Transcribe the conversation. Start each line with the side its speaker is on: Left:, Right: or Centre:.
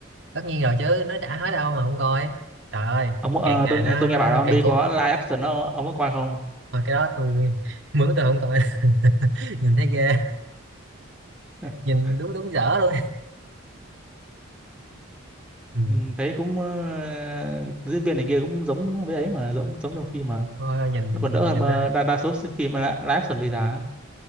Right: tất nhiên rồi chứ nó chả hết đâu mà không coi trời ơi
Centre: Ông ờ,
Right: càng ngày
Centre: tôi
Right: nó
Centre: tôi nghe bảo là One
Right: càng
Centre: Piece
Right: cuốn
Centre: có live action đó, ông có coi không?
Right: mà cái đó tôi <laughs> mướn tôi không coi <laughs> nhìn thấy ghê
Centre: <laughs>
Right: nhìn đúng đúng dở luôn ừ.
Centre: Ừ, thấy cũng ờ, diễn viên này kia cũng giống với ấy mà giống giống trong phim mà
Right: thôi nhìn
Centre: nó còn đỡ
Right: nhìn,
Centre: hơn
Right: nhìn
Centre: mà
Right: nó
Centre: đa, đa số phim live live action bây giờ á.